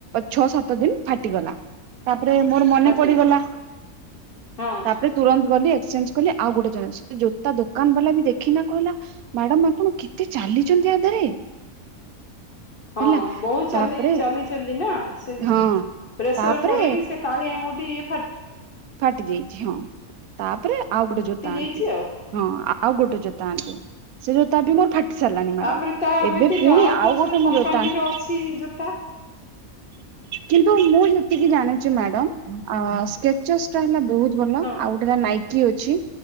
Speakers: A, on the right (about 80°); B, on the left (about 40°).
A: ଛଅ ସାତ ଦିନ ଫାଟିଗଲା। ତାପରେ ମୋର ମନେ
B: ହଟିଗଲା।
A: ପଡିଗଲା,
B: ହଁ
A: ତାପରେ ତୁରନ୍ତ ଗଲି ଏକ୍ସେଞ୍ କଲି ଆଉ ଗୋଟେ <unintelligible> ଜୋତା ଦୋକାନ ବାଲା ବି ଦେଖି ଦେଖିକିନା କହିଲା ମ୍ୟାଡାମ ଆପଣ କେତେ ଚାଲିଛନ୍ତି ଇୟା ଦେହରେ।
B: ହଁ
A: ହେଲା
B: ବହୁ ଚାଲି
A: ତାପରେ
B: ଚାଲି <unintelligible> ସେ
A: ହଁ
B: ପ୍ରେସର
A: ତାପରେ
B: ପଡ଼ିକି ସେ କାଳୀ ଆଙ୍ଗୁଠି ଫା
A: ଫାଟି ଯାଇଛି ହଁ ତାପରେ ଆଉ ଗୋଟେ ଜୋତା
B: ଯାଇଛି
A: ଆଣିଲି।
B: ଆଉ
A: ହଁ ଆଉ ଗୋଟେ ଜୋତା ଆଣିଚନ୍ତି ସେ ଜୋତା ବି ମୋର ଫା ଦେଖି ସାରିଲାଣି ମ୍ୟାଡାମ
B: ତାପରେ ତା
A: ଏବେ
B: ବ୍ୟତୀତ
A: ପୁଣି ଆଉ
B: କୋଉ
A: ଗୋଟେ
B: ସବୁ
A: ମୁଁ
B: କମ୍ପାନୀର
A: ଜୋତା ଆଣି
B: ଅଛି ଜୋତା
A: କିନ୍ତୁ ମୁଁ ଯେତିକି ଜାଣିଛି ମ୍ୟାଡ଼ାମ୍ ଅ ସ୍କେଚଟ ସ୍କେଚଟା ହେଲା ବୋହୁତ ଭଲ,
B: ହଁ
A: ଆଉ ଗୋଟେଟା ନାଇକି ଅଛି।